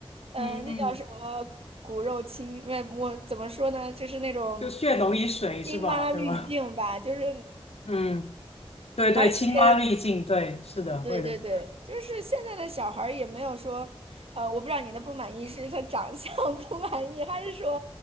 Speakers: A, on the right; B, on the left.
A: 呃，
B: 嗯嗯，
A: 那叫什么骨肉亲，呃，我怎么说呢？就是那种
B: 就血浓于水是吧？
A: 亲妈滤镜吧，
B: 对吧？
A: 就是，
B: 嗯，对对，
A: 而且
B: 亲妈滤镜，对，是的，
A: 对对对，
B: 会的，
A: 就是现在的小孩儿也没有说，呃，我不知道你的不满意是他长相 <laughs> 不满意，还是说，